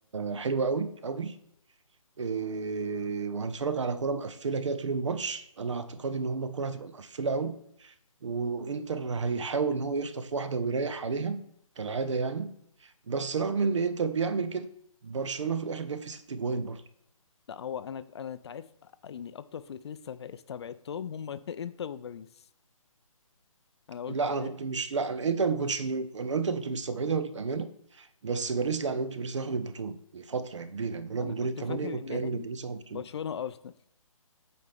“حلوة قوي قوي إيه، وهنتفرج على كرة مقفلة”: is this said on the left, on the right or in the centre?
Right